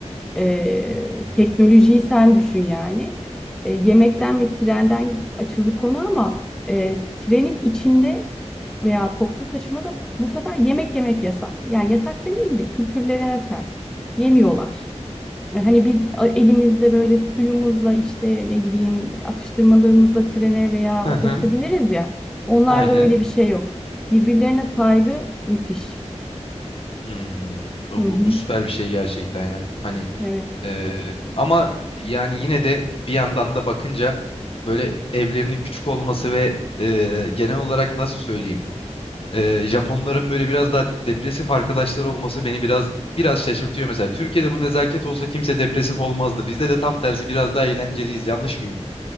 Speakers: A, in the centre; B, on the left.
A: E,
B: Hmm.
A: teknolojiyi sen düşün yani. E, yemekten ve trenden açıldı konu ama e, trenin içinde veya toplu taşımada bu sefer yemek yemek yasak. Yani yasak demeyeyim de kültürlerine ters. Yemiyorlar. E, Hani biz elimizde böyle suyumuzla işte ne bileyim atıştırmalığımızla trene veya
B: Hı
A: otobüse
B: hı,
A: bineriz ya. Onlarda
B: aynen.
A: öyle bir şey yok. Birbirlerine saygı müthiş.
B: Hmm. Bu,
A: Hı hı.
B: bu süper bir şey gerçekten ya. Hani
A: Evet.
B: Ee, ama yani yine de bir yandan da bakınca böyle evlerinin küçük olması ve e, genel olarak nasıl söyleyeyim e, Japonların böyle biraz daha depresif arkadaşlar olması beni biraz biraz şaşırtıyor mesela. Türkiye'de bu nezaket olsa kimse depresif olmazdı. Bizde de tam tersi biraz daha eğlenceliyiz. Yanlış mıyım?